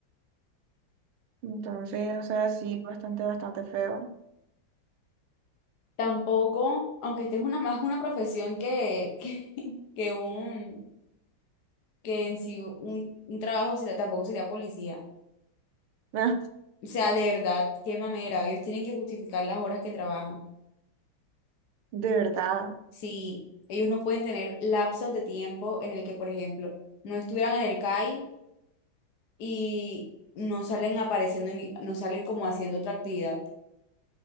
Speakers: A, on the right; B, on the left.
A: Entonces, o sea, sí, bastante, bastante feo.
B: Tampoco, aunque esta es una más una profesión que, <laughs> que, que un, que en sí un, un trabajo sería tampoco sería policía.
A: <laughs>
B: O sea, de verdad, qué mamera. Ellos tienen que justificar las horas que trabajan.
A: De verdad.
B: si ellos no pueden tener lapsos de tiempo en el que, por ejemplo, no estuvieran en el CAI y no salen apareciendo, ni, no salen como haciendo otra actividad.